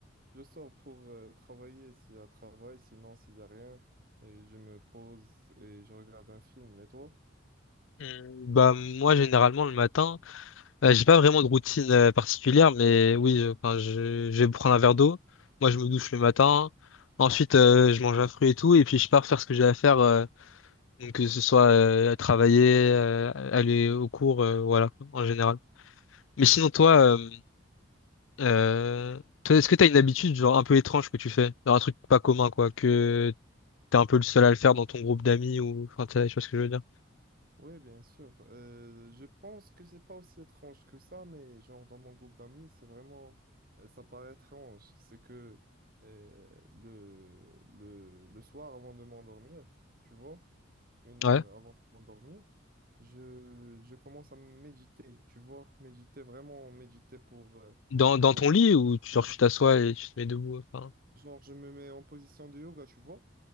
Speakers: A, on the right; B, on the left.
A: je sors pour euh, travailler s'il y a travail, sinon, s'il y a rien, et je me pose et je regarde un film. Et toi?
B: Hmm, Bah, moi, généralement, le matin, euh, j'ai pas vraiment de routine euh, particulière, mais oui, euh, enfin, je, je vais prendre un verre d'eau. Moi, je me douche le matin. Ensuite, euh, je mange un fruit et tout, et puis je pars faire ce que j'ai à faire. euh, Donc, que ce soit euh, à travailler, euh, aller au cours, euh, voilà, en général. Mais sinon, toi, euh, euh, toi, est-ce que t'as une habitude, genre, un peu étrange que tu fais? Genre, un truc pas commun, quoi, que t'es un peu le seul à le faire dans ton groupe d'amis ou, enfin, tu sais tu vois ce que je veux dire?
A: Oui, bien sûr. Euh, je pense que c'est pas aussi étrange que ça, mais genre dans mon groupe d'amis, c'est vraiment, euh, ça paraît étrange. C'est que euh, le, le, le soir avant de m'endormir, tu vois, une,
B: Ouais.
A: euh, avant de m'endormir, je, je commence à méditer, tu vois, méditer, vraiment méditer pour, euh,
B: Dans, dans
A: pour,
B: ton lit ou, tu- genre, tu t'assois et tu te mets debout, enfin.
A: genre je me mets en position de yoga, tu vois.